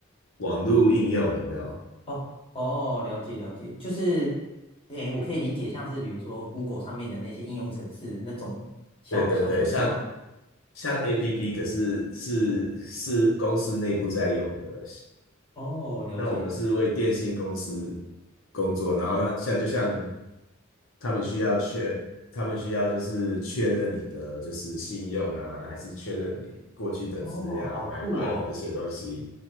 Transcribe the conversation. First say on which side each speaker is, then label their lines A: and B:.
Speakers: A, on the left; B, on the left.
A: 网络应用有没有？
B: 哦哦，了解了解，就是诶，我可以理解像是比如说 Google 上面的那些应用程式那种小小程式吗？
A: 对对对，像像 APP，可是是是公司内部在用的，
B: 哦，了解。
A: 那我们是为电信公司工作，然后像就像他们需要确，他们需要就是确认你的就是信用啊，还是确认你过去的资料、
B: 哦，好酷哦。
A: 买卖这些东西。